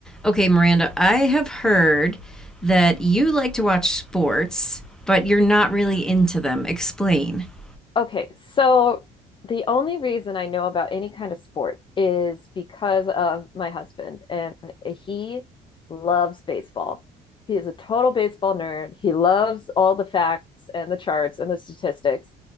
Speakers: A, in the centre; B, on the left.
A: Okay, Miranda, I have heard that you like to watch sports, but you're not really into them. Explain. <laughs>
B: Okay, so the only reason I know about any kind of sport is because of my husband, and he loves baseball. He is a total baseball nerd. He loves all the facts and the charts and the statistics,